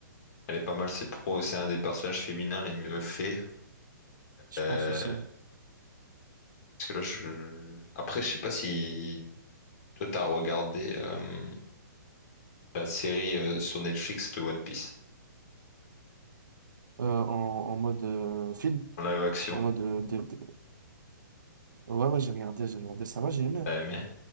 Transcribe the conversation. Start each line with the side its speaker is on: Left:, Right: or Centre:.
Left: elle est pas mal. C'est pro. C'est un des personnages féminins les mieux faits.
Right: Je
Left: Euh,
Right: pense aussi.
Left: Parce que là, je... Après, je sais pas si toi, t'as regardé euh, la série euh, sur Netflix de One Piece,
Right: Euh, en, en mode euh, film.
Left: en live action.
Right: En mode. euh, dé- dé- Ouais, ouais, j'ai regardé, j'ai regardé ça. va, j'ai aimé. hein.
Left: T'as aimé?